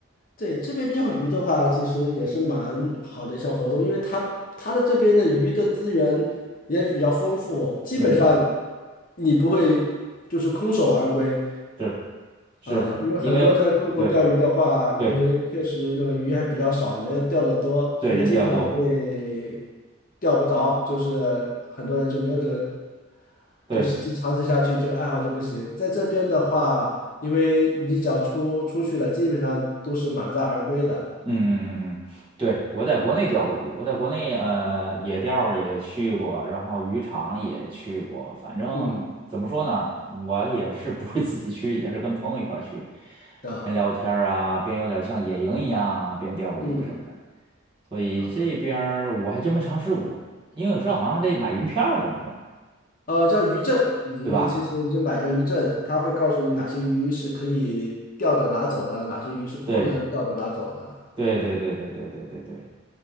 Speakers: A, on the left (about 40°); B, on the right (about 25°).
A: 对，这边钓鱼的话，其实也是蛮好的一项活动，因为它它的这边的鱼的资源也比较丰富，基本上
B: 嗯，
A: 你不会就是空手而归，
B: 是是，
A: 啊，因为很多在中国钓鱼的话，
B: 因为对。
A: 因为确实那个鱼还比较少，
B: 对
A: 人也钓得多，
B: 对，
A: 所以经常会
B: 人钓得多，
A: 钓不着，就是很多人就没有这个，
B: 对，
A: 就是这尝试下去这个爱好就不行。在这边的话，因为你只要出出去了，基本上都是满载而归的。
B: 嗯嗯嗯嗯，对，我在国内钓过鱼，我在国内呃野钓儿也去过，然后渔场也去过，反正怎么说呢，
A: 嗯
B: 我也是不会自己去，也是跟朋友一块儿去，
A: 啊，
B: 边聊天儿啊，边有点像野营一样啊，边钓过鱼什么的，
A: 嗯
B: 所以这边儿我还真没尝试过，
A: 啊，
B: 因为我知道好像还得买鱼票什么的，
A: 呃，叫渔证，你其实你就买个渔证，
B: 对吧？
A: 它会告诉你哪些鱼是可以钓着拿走的，哪些鱼是不能钓着拿走的。
B: 对对对对对对对对对。